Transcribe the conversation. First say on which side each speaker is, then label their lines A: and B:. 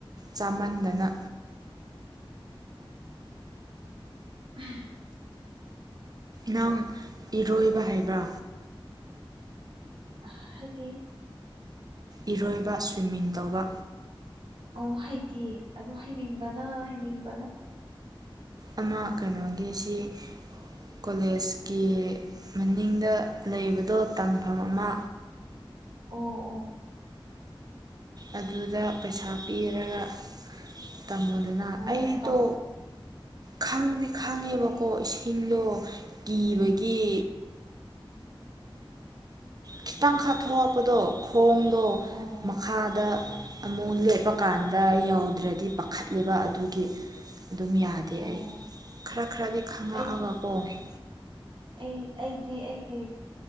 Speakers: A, on the right (about 45°); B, on the right (about 65°).
A: ꯆꯥꯃꯟꯗꯅ
B: ꯎ
A: ꯅꯪ ꯏꯔꯣꯏꯕ ꯍꯥꯏꯕ꯭ꯔꯥ
B: ꯍꯥꯏꯗꯤ
A: ꯏꯔꯣꯏꯕ ꯁ꯭ꯋꯤꯝꯃꯤꯡ ꯇꯧꯕ
B: ꯑꯪ ꯍꯩꯇ ꯑꯣ ꯍꯩꯅꯤꯡꯕꯅ ꯍꯩꯅꯤꯡꯕꯅ
A: ꯑ ꯀꯩꯅꯣꯒꯤꯁꯤ ꯀꯣꯂꯦꯖꯀꯤ ꯃꯅꯤꯡꯗ ꯂꯩꯕꯗꯣ ꯇꯝꯐꯝ ꯑꯃ
B: ꯑꯣ ꯑꯣ
A: ꯑꯗꯨꯗ ꯄꯩꯁꯥ ꯄꯤꯔꯒ ꯇꯥꯃꯣꯗꯨꯅ
B: ꯑꯣ
A: ꯑꯩꯗꯣ
B: ꯇꯝ
A: ꯈꯪꯗꯤ ꯈꯪꯉꯦꯕꯀꯣ
B: ꯑꯩ
A: ꯏꯁꯤꯡꯗꯣ ꯀꯤꯕꯒꯤ ꯈꯤꯇꯪ ꯈꯥꯊꯣꯛ ꯍꯥꯛꯄꯗꯣ ꯊꯣꯡꯗꯣ
B: ꯑꯣ
A: ꯃꯈꯥꯗ
B: ꯑꯣ
A: ꯑꯃꯨꯛ ꯂꯦꯞꯂꯛ ꯀꯥꯟꯗ ꯌꯧꯗ꯭ꯔꯗꯤ ꯄꯥꯈꯠꯂꯤꯕ ꯑꯗꯨꯒꯤ ꯑꯗꯨꯝ ꯌꯥꯗꯦ
B: ꯑꯣ
A: ꯑꯩ ꯈꯔ ꯈꯔꯗꯤ ꯈꯪꯉꯛꯑꯒ
B: ꯑꯩ
A: ꯀꯣꯡꯅꯤ
B: ꯑꯩ ꯑꯩꯗꯤ ꯑꯩꯒꯤ